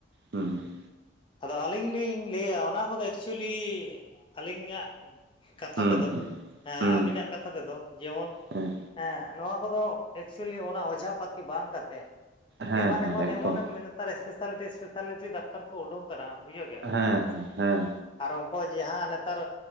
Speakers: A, on the right; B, on the left.
A: ᱦᱩᱸ ᱾
B: ᱟᱫᱚ ᱟᱹᱞᱤᱧ ᱞᱤᱧ ᱞᱟᱹᱭᱟ ᱚᱱᱟ ᱠᱚᱫᱚ ᱮᱠᱪᱩᱭᱮᱞᱤ ᱟᱹᱞᱤᱧᱟᱜ ᱠᱟᱛᱷᱟ
A: ᱦᱩᱸ
B: ᱛᱮᱫᱚ
A: ᱦᱩᱸ
B: ᱦᱮᱸ
A: ᱦᱩᱸ
B: ᱟᱹᱵᱤᱱᱟᱜ ᱠᱟᱛᱷᱟ ᱛᱮᱫᱚ ᱡᱮᱢᱚᱱ
A: ᱦᱮᱸ
B: ᱮᱸᱜ ᱱᱚᱣᱟ ᱠᱚᱫᱚ ᱮᱠᱪᱩᱭᱮᱞᱤ ᱚᱱᱟ ᱚᱡᱷᱟ ᱯᱟᱹᱛᱤ ᱵᱟᱝ ᱠᱟᱛᱮᱜ
A: ᱦᱮᱸ
B: ᱮᱢᱟᱱ
A: ᱦᱮᱸ
B: ᱮᱢᱟᱱ
A: ᱮᱠᱫᱚᱢ
B: ᱮᱢᱚᱱ ᱮᱢ ᱢᱮᱱᱮᱫ ᱰᱟᱠᱛᱟᱨ ᱮᱥᱯᱮᱥᱟᱞᱤᱴᱤ ᱮᱥᱯᱮᱥᱟᱞᱤᱴᱤ ᱰᱟᱠᱛᱟᱨ ᱠᱚ ᱩᱰᱩᱝ ᱠᱟᱱᱟ᱾ ᱵᱩᱡᱷᱟᱹᱣ ᱜᱮᱭᱟᱵᱤᱱ?
A: ᱦᱮᱸ ᱦᱮᱸ ᱦᱮᱸ
B: ᱟᱨ ᱩᱱᱠᱩ ᱡᱟᱦᱟᱸ ᱱᱮᱛᱟᱨ